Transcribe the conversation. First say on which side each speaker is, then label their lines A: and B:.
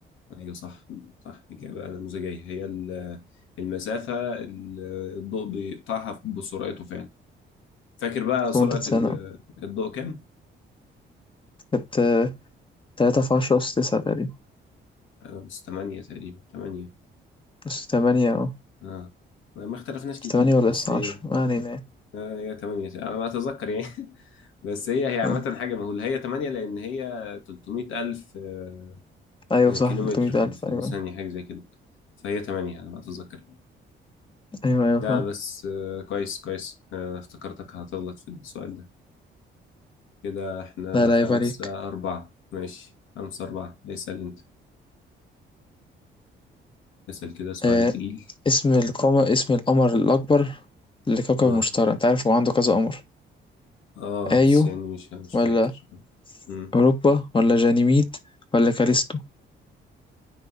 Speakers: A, on the left; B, on the left.
A: أيوه صح صح إجابة نموذجية هي ال- المسافة ال- الضوء بيقطعها بسرعته فعلا فاكر بقى
B: في
A: سرعة
B: مدة سنة
A: ال- الضوء كام؟
B: كانت آه، تلاتة في عشرة أس تسعة تقريبا
A: آه، بس تمانية تقريبا تمانية
B: أس تمانية اه
A: آه ما ما اختلفناش كتير
B: أس تمانية ولا
A: بس
B: أس
A: هي
B: عشرة ما علينا يعني
A: آه هي تمانية أنا ما أتذكر يعني <laughs> بس هي هي عامة
B: آه.
A: حاجة مهولة هي تمانية لأن هي 300000 آه،
B: أيوة صح
A: كيلومتر
B: تلتمية
A: في
B: ألف
A: في
B: أيوة
A: الثانية حاجة زي كده فهي تمانية على ما أتذكر
B: أيوة أيوة
A: ده
B: فاهم
A: بس آه، كويس كويس آه، افتكرتك هتغلط في السؤال ده كده احنا
B: لا لا
A: خمسة
B: عيب عليك
A: أربعة ماشي خمسة أربعة اسأل أنت اسأل كده سؤال
B: آه
A: تقيل
B: اسم القمر اسم القمر الأكبر لكوكب
A: اه
B: المشتري أنت عارف هو عنده كذا قمر
A: اه
B: ايو
A: بس يعني مش مش
B: ولا
A: فاكر مم.
B: اوروبا ولا جانيميد ولا كاليستو